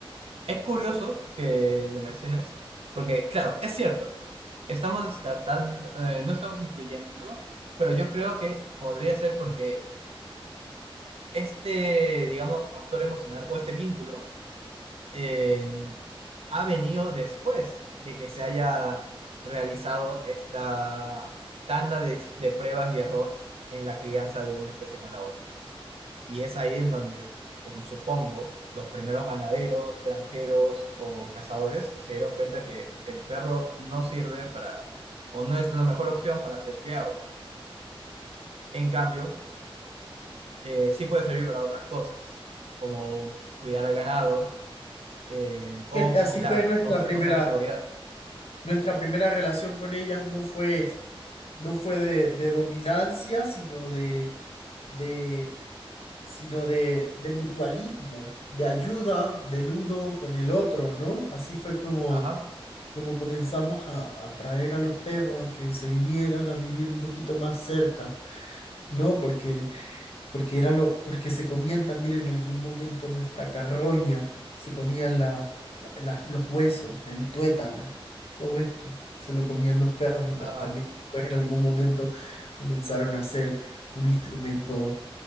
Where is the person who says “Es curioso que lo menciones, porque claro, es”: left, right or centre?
Right